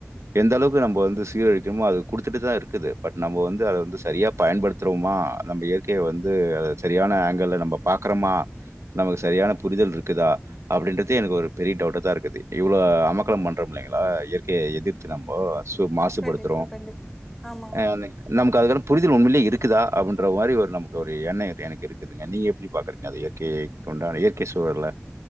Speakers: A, on the right; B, in the centre.
A: எந்தளவுக்கு நம்போ வந்து சீரழிக்கற்மோ அது குடுத்துட்டு தா இருக்குது பட் நம்போ வந்து அத வந்து சரியா பயன்படுத் தறோமா நம்ப இயற்கைய வந்து அத சரியான ஆங்கிள்ல நம்ப பாக்றமா நமக்கு சரியான புரிதல்ருக்குதா அப்டின்றதே எனக்கு ஒரு பெரிய டவ்ட்டா தா இருக்குது இவ்ளோ அமக்கலம் பண்றம்ல்லைங்ளா இயற்கையை எதித்து நம்போ சூப் து
B: கண்டிப்பா
A: படுத்துறோ
B: கண்டிப்பா ஆமா ஆமா
A: ஆ நமுக்கு அதுக்கான புரிதல் உண்மைலே இருக்குதா அப்டின்ற மாரி ஒரு நம் ஒரு எண்ணோ எனக்கு இருக்குதுங்க நீங்க எப்டி பாக்கறீங்க அது இயற்கை கொண்டான இயற்கை சூழல